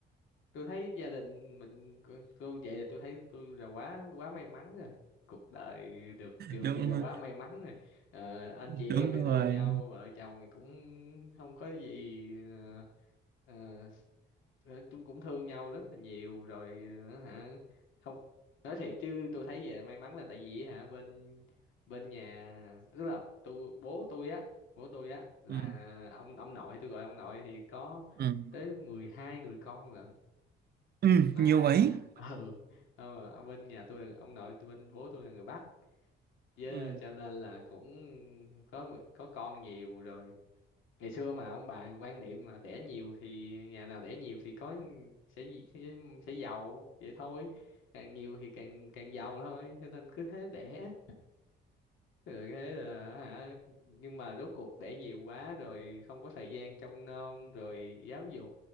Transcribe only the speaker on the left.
tôi thấy gia đình mình tôi vậy là tôi thấy tôi là quá quá may mắn rồi cuộc đời được được
vậy là quá may mắn rồi Ờ, anh chị
em thì thương
nhau vợ chồng thì cũng không có gì ờ, ờ, Ờ, chúng cũng thương nhau rất là nhiều rồi ờ, hả không nói thiệt chứ tôi thấy vậy may mắn là tại vì hả bên bên nhà tức là tôi bố tôi á bố tôi á là
ông ông nội tôi gọi ông nội thì có
tới 12 người con lận
mà
<laughs> ừ ờ, ở bên nhà tôi ông nội tôi bên bố tôi là người Bắc với
cho nên là cũng có mười- có con nhiều rồi ngày xưa mà ông bà quan niệm mà đẻ nhiều thì nhà nào đẻ nhiều thì có sẽ sẽ, sẽ giàu vậy thôi càng nhiều thì càng càng giàu thôi cho nên cứ thế đẻ rồi thế là hả nhưng mà rốt cuộc đẻ nhiều quá rồi không có thời gian trông nom rồi giáo dục